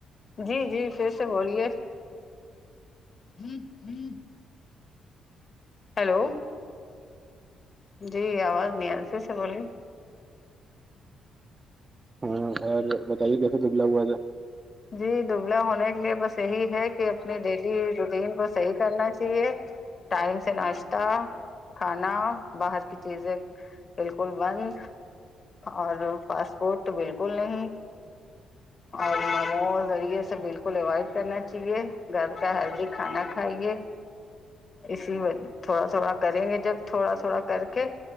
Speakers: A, on the left; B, on the right.
A: جی جی پھر سے بولیے <unintelligible> ہیلو جی آواز نہیںرفی سے بول رہی
B: ہمم اور بتائیے کیسے دبلا ہوا تھا
A: جی دبل ہونے کے لیے بس یہی ہے کہ اپنے ڈیلی روٹین کو صحیح کرنا چاہیے ٹائم سے ناشتہ کھانا باہر کی چیزیں بالکل بند اور فاسٹ فوڈ تو بالکل نہیں اور موموز اور یہ سب بالکل اوائڈ کرنا چاہیے گھر کا ہیلدی کھانا کھائیے اسی تھوڑا تھوڑا کریں گے جب تھوڑا تھوڑا کر کے